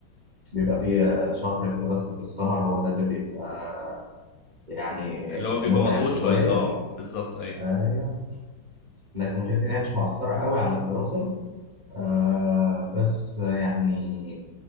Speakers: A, on the right; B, on the left.
A: بيبقى فيه شهر كده بس في السمر هو ده اللي بيبقى يعني
B: اللي هو بيبقى
A: متعب
B: مضغوط
A: شوية
B: شويه اه بالظبط ايوه
A: ايوه لكن غير كده هي مش مؤثرة قوي على الدراسة آه بس يعني